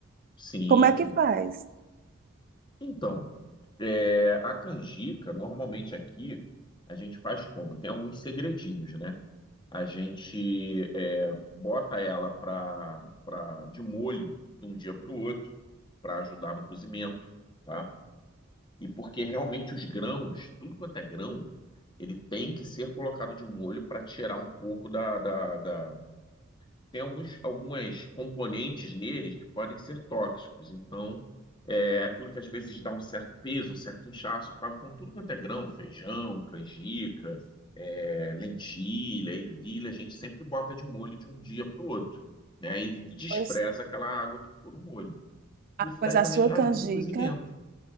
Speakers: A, on the left (about 20°); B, on the right (about 45°).
A: sim,
B: Como é
A: cre-
B: que faz?
A: então, é, a canjica, normalmente aqui, a gente faz como? Tem alguns segredinhos, né? A gente é, bota ela pra, pra, de molho de um dia para o outro, para ajudar no cozimento, tá? E porque realmente os grãos, tudo quanto é grão, ele tem que ser colocado de molho para tirar um pouco da, da, da- Tem alguns, algumas componentes nele que podem ser tóxicos. Então, é aquilo que às vezes dá um certo peso, um certo inchaço, tá? Então, tudo quanto é grão, feijão, canjica, é, lentilha, ervilha, a gente sempre bota de molho de um dia para o outro, né? E despreza
B: Pois,
A: aquela água que ficou no molho. Isso
B: a, pois
A: daí
B: a
A: também
B: sua
A: já
B: canjica,
A: ajuda o cozimento.